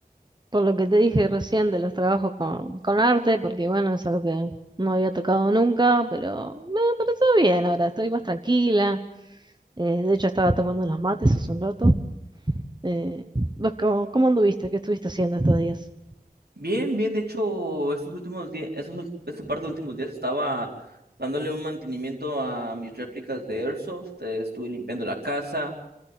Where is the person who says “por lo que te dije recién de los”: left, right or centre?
Right